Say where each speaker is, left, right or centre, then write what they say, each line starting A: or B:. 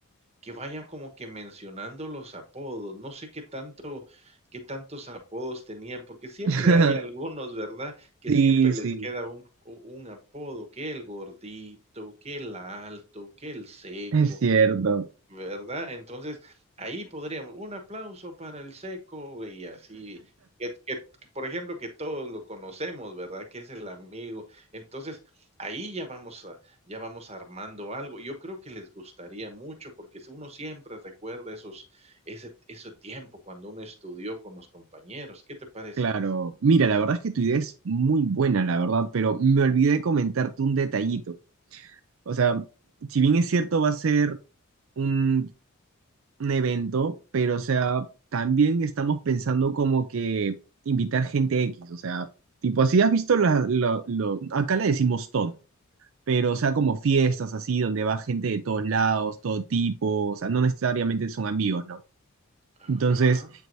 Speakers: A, on the right (about 30°); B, on the right (about 60°).
A: que vaya como que mencionando los apodos. No sé qué tanto qué tantos apodos tenían, porque siempre
B: <laughs>
A: hay algunos, ¿verdad? Que
B: Sí,
A: siempre les
B: sí.
A: queda un u un apodo, que el gordito, que el alto, que el seco.
B: Es cierto.
A: ¿Verdad? Entonces, ahí podríamos un aplauso para el Seco y así, que que que, por ejemplo, que todos lo conocemos, ¿verdad? Que es el amigo. Entonces, ahí ya vamos a ya vamos armando algo. Yo creo que les gustaría mucho, porque si uno siempre recuerda esos ese ese tiempo cuando uno estudió con los compañeros, ¿qué te parece?
B: Claro. Mira, la verdad es que tu idea es muy buena, la verdad, pero me olvidé de comentarte un detallito. O sea, si bien es cierto, va a ser un un evento, pero o sea, también estamos pensando como que invitar gente X, o sea, tipo así, has visto la, lo- lo- acá le decimos tono, pero o sea, como fiestas así, donde va gente de todos lados, todo tipo, o sea, no necesariamente son amigos, ¿no?
A: Ajá.
B: Entonces,